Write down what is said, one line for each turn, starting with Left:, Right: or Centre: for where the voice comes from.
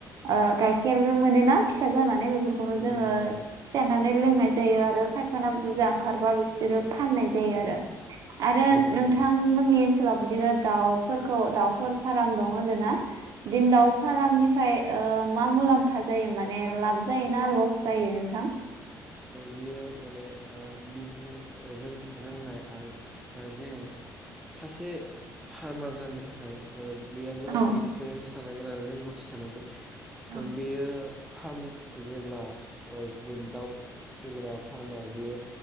Right: ओ गाइखेर मोनोना फिसा जानानै बेफोरखौनो
Centre: नंगौ
Right: जोङो
Centre: नंगौ
Right: सेरनानै लोंनाय जायो आरो खायफाना बुरजा ओंखारबा बिसोरो फाननाय जायो आरो आरो
Centre: औ
Right: नोंथांमोननि
Centre: औ
Right: ओनसोलाव बिदिनो दाउ फोरखौ दाउफोर फाराम दं होनदोना बिदिनो दाउ फारामनिफ्राय ओ मा मुलाम्फा जायो माने लाब जायो ना लस जायो नोंथां?
Centre: बियो माने ओ बिजने रों रोंनाय आरो ओ जे सासे फार्मार जानो थाखाय ओ बेयो गोबां
Right: औ
Centre: एक्सपिरियेन्स थानांगोन आरो रोंगौथि थानांगोन
Right: औ
Centre: ओ बेयो फार्म जेब्ला ओ बे दाउ फिग्रा फार्मार बियो